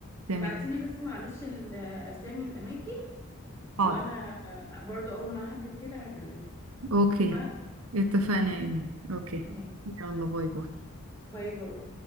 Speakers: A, on the right; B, on the left.
A: تمام
B: ابعتيلي بس معلش ال- اسامي الاماكن وانا
A: حاضر
B: برضه اول ما هحجز كده هكلمك
A: اوكي
B: اتفقنا
A: اتفقنا يا ايمان اوكي
B: ماشي
A: يلا باي باي
B: باي باي